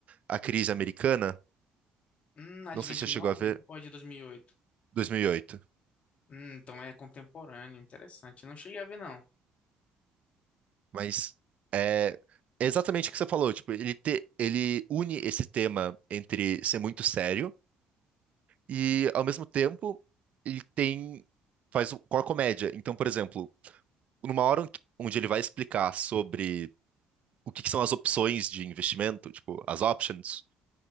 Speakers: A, on the right; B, on the left.
A: a crise americana.
B: Hum, a
A: Não
B: de
A: sei
B: vinte
A: se você
B: e
A: chegou
B: nove,
A: a ver,
B: ou a de 2008?
A: 2008,
B: Hum, então é contemporâneo, interessante. Não cheguei a ver, não.
A: Mas é, é exatamente o que você falou. Tipo, ele, te- ele une esse tema entre ser muito sério e, ao mesmo tempo, ele tem faz o- com a comédia. Então, por exemplo, numa hora onde onde ele vai explicar sobre o que que são as opções de investimento, tipo, as options,